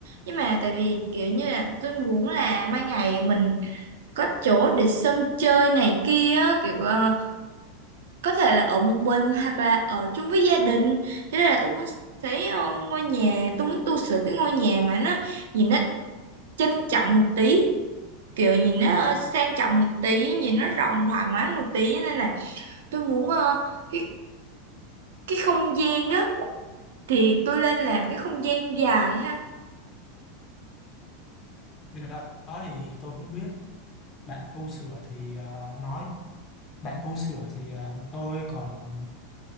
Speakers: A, on the right; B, on the left.
A: Nhưng mà tại vì kiểu như là tôi muốn là mai ngày mình có chỗ để sân chơi này kia á, kiểu ờ, có thể là ở một mình hoặc là ở chung với gia đình cho nên là tôi muốn thấy ờ, ngôi nhà tôi muốn tu sửa cái ngôi nhà mà nó nhìn nó trân trọng một tí kiểu nhìn nó ờ, sang trọng một tí nhìn nó rộng thoải mái một tí nên là tôi muốn ờ, cái cái không gian á thì tôi lên làm cái không gian dài ha
B: cái đó đó thì tôi không biết bạn tu sửa thì ờ, nói bạn tu sửa thì ờ, tôi còn